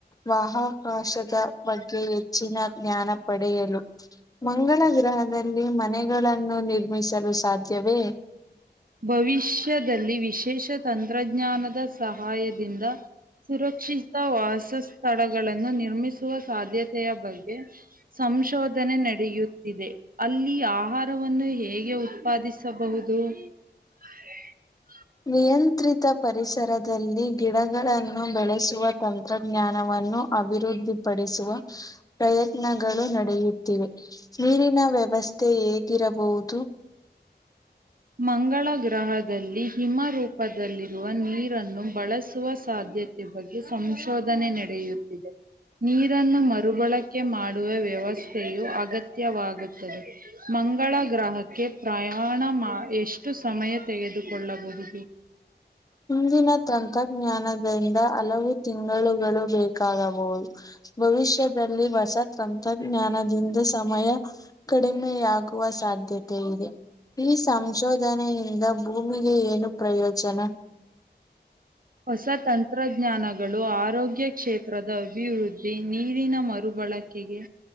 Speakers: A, on the left; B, on the right.
A: ಬಾಹಾಕಾಶದ ಬಗ್ಗೆ ಹೆಚ್ಚಿನ ಜ್ಞಾನ ಪಡೆಯಲು ಮಂಗಳ ಗ್ರಹದಲ್ಲಿ ಮನೆಗಳನ್ನು ನಿರ್ಮಿಸಲು ಸಾಧ್ಯವೇ
B: ಭವಿಷ್ಯದಲ್ಲಿ ವಿಶೇಷ ತಂತ್ರಜ್ಞಾನದ ಸಹಾಯದಿಂದ ಸುರಕ್ಷಿತ ವಾಸ ಸ್ಥಳಗಳನ್ನು ನಿರ್ಮಿಸ ಸಾಧ್ಯತೆಯ ಬಗ್ಗೆ ಸಂಶೋಧನೆ ನಡೆಯುತ್ತಿದೆ ಅಲ್ಲಿ ಆ ಆಹಾರವನ್ನು ಹೇಗೆ ಉತ್ಪಾದಿಸಬಹುದು ಹ್ಮ
A: ನಿಯಂತ್ರಿತ ಪರಿಸರದಲ್ಲಿ ಗಿಡಗಳನ್ನು ಬೆಳೆಸುವ ತಂತ್ರಜ್ಞಾನವನ್ನು ಅಭಿವೃದ್ಧಿಪಡಿಸುವ ಪ್ರಯತ್ನಗಳು ನಡೆಯುತ್ತಿವೆ ನೀರಿನ ವ್ಯವಸ್ಥೆ ಹೇಗಿರಬಹುದು
B: ಮಂಗಳ ಗ್ರಹದ ಹಿಮರೂಪದಲ್ಲಿರುವ ನೀರನ್ನು ಬಳಸುವ ಸಾಧ್ಯತೆ ಈ ಬಗ್ಗೆ ಸಂಶೋಧನೆ ನಡೆಯುತ್ತಿದೆ ನೀರನ್ನು ಮರುಬಳಕೆ ಮಾಡುವ ವ್ಯವಸ್ಥೆಯು ಅಗತ್ಯವಾಗುತ್ತದೆ ಮಂಗಳ ಗ್ರಹಕ್ಕೆ ಪ್ರಯಾಣ ಮಾ ಎಷ್ಟು ಸಮಯ ತೆಗೆದುಕೊಳ್ಳಬಹುದು
A: ಹಿಂದಿನ ತಂತ್ರಜ್ಞಾನದಿಂದ ಹಲವು ತಿಂಗಳುಗಳು ಬೇಕಾಗಬಹುದು ಭವಿಷ್ಯದಲ್ಲಿ ಹೊಸ ತಂತ್ರಜ್ಞಾನದಿಂದ ಸಮಯ ಕಡಿಮೆಯಾಗುವ ಸಾಧ್ಯ ಆದತೆ ಇದೆ ಈ ಸಂಶೋಧನೆಯಿಂದ ಭೂಮಿಗೆ ಏನು ಪ್ರಯೋಜನ
B: ಹೊಸ ತಂತ್ರಜ್ಞಾನಗಳು ಆರೋಗ್ಯ ಕ್ಷೇತ್ರದ ಅಭಿವೃದ್ಧಿ ನೀರಿನ ಮರುಗಳು ಬಳಕೆಗೆ